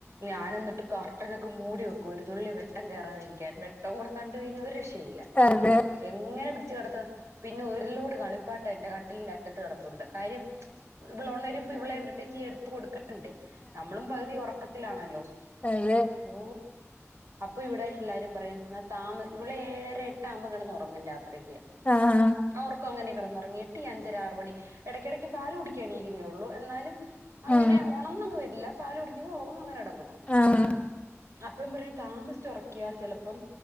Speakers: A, on the right; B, on the left.
A: ഞൻ എന്നിട്ട് കർട്ടനൊക്കെ മൂടി വെക്കും ഒരു തുള്ളി വെട്ടം കേറാതിരിക്കാൻ വെട്ടം കൂടെ കണ്ട് കഴിഞ്ഞാൽ ഒരു രെ ഇല്ല
B: അതെ
A: എങ്ങനെ പിടിച്ച് കിടത്താൻ പിന്നെ ഒരുലോട് കളിപ്പാട്ടം എന്റെ കട്ടിലിന്റെ അറ്റത്ത് കിട ഉണ്ട് കാര്യം ഇവൾ ഉണരുമ്പോ ഇവള് എന്റർടൈം ചെയ്യാൻ എടുത്ത് കൊടുക്കാ ണ്ടേ നമ്മളും പകുതി ഉറക്കത്തിലാണല്ലോ
B: അതേ
A: ഓ അപ്പൊ ഇവിടെ എല്ലാരും പറയും എന്ന താമ ഇവിടെ ഏഴര എട്ട് ആവുമ്പോ കിടന്നുറങ്ങും രാത്രി
B: ആഹാ
A: ഉറക്കം അങ്ങനെ കിടന്നുറങ്ങി എട്ടി അഞ്ചര ആറ് മണി ഇടയ്ക്കിടക്ക് പാല് കുടിക്കാൻ എണീക്കും ള്ളൂ എന്നാലും അങ്ങനെ
B: ആഹ്
A: ഉണർന്ന്‌ പോയിട്ടില്ല പാല് കുടിക്കുന്നു ഉറങ്ങുന്നു അങ്ങനെ കിടക്കുന്നു
B: ആഹ്
A: അപ്പം പറയും താമസിച്ച് ഉറക്കിയാ ചെലപ്പം